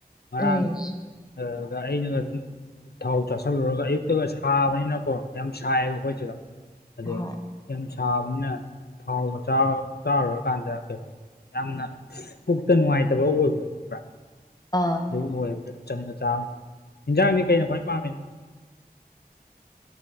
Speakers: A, on the left; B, on the left.
A: ꯉꯔꯥꯡ
B: ꯎꯝ
A: ꯑꯥ ꯑꯗ ꯑꯩꯅꯒ ꯑꯗꯨꯝ ꯊꯥꯎ ꯆꯥꯁꯜꯂꯨꯔꯒ ꯑꯌꯨꯛꯇꯒ ꯁꯥꯕꯅꯤꯅꯀꯣ ꯌꯥꯝ ꯁꯥꯏꯌꯦꯕ ꯑꯩꯈꯣꯏꯁꯤꯗ ꯑꯗꯨ
B: ꯍꯣꯏ
A: ꯌꯥꯝ ꯁꯥꯕꯅꯤꯅ ꯊꯥꯎꯒ ꯆꯥꯔ ꯆꯥꯔꯨꯔꯀꯥꯟꯗ ꯀꯩ ꯌꯥꯝꯅ ꯄꯨꯛꯇ ꯅꯨꯡꯉꯥꯏꯇꯕ ꯑꯣꯏꯕꯗꯣ ꯈꯪꯕ꯭ꯔꯥ
B: ꯑꯥ
A: ꯑꯗꯨꯒꯨꯝꯕ ꯑꯣꯏꯕꯅꯤꯅ ꯆꯝꯅ ꯆꯥꯕ ꯍꯤꯟꯖꯥꯡꯗꯤ ꯀꯩꯅ ꯈ꯭ꯋꯥꯏ ꯄꯥꯝꯃꯤ